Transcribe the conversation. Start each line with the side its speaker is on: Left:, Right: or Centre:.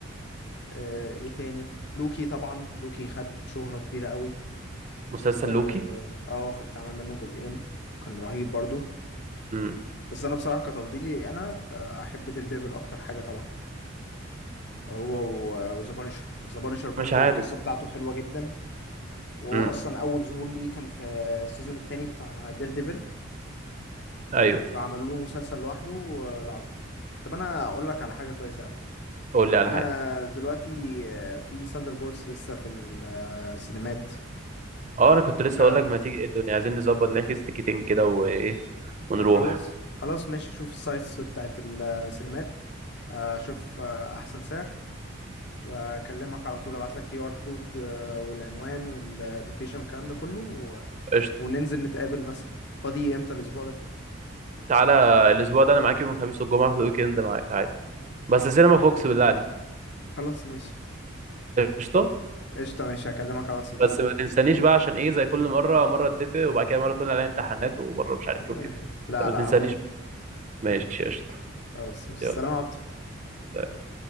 Left: آه، إيه تاني لوكي طبعا لوكي خد شهرة كبيرة قوي
Right: مسلسل
Left: و
Right: لوكي
Left: اه اتعمل منه جزئين كان رهيب برضو
Right: امم
Left: بس انا بصراحه كتفضيلي انا آه، احب دير ديفل اكتر حاجه طبعا هو وذا بانشر ذا بانشر برضو
Right: مش عارف
Left: القصه بتاعته حلوه جدا وهو
Right: امم
Left: اصلا اول ظهور ليه كان في السيزون التاني بتاع دير ديفل
Right: ايوه
Left: وعملوا له مسلسل لوحده آه، العظيم طب انا اقول لك على حاجه كويسه أوي.
Right: قول لي على
Left: انا
Right: حاجه
Left: دلوقتي آه، في ساندر بولز لسه في ال- آه، السينمات
Right: اه انا كنت لسه
Left: آه،
Right: اقول لك ما تيجي إيه الدنيا عايزين نظبط نحجز تيكتين كده وايه ونروح
Left: خلاص خلاص ماشي اشوف السايتس بتاعت السينمات آه، اشوف آه، احسن سعر واكلمك على طول ابعت لك كي ار كود آه، والعنوان واللوكيشن والكلام ده كله و...
Right: قشطه
Left: وننزل نتقابل مثلا فاضي امتى الاسبوع ده
Right: تعالى الاسبوع ده انا معاك يوم الخميس والجمعه في الويك اند معاك عادي بس سينما فوكس بالله عليك
Left: خلاص ماشي
Right: قشطه
Left: قشطة ماشي هكلمك على الواتس دلوقتي
Right: بس ما تنسانيش بقى عشان ايه زي كل مره مره اتفق وبعد كده مره تقول عليا امتحانات ومره مش عارف
Left: <laughs>
Right: ايه وكده
Left: لا
Right: ما
Left: لا
Right: تنسانيش
Left: هبعت لك
Right: بقى ماشي قشطه
Left: خلاص مش
Right: يلا
Left: سلام يا عبدو
Right: سلام.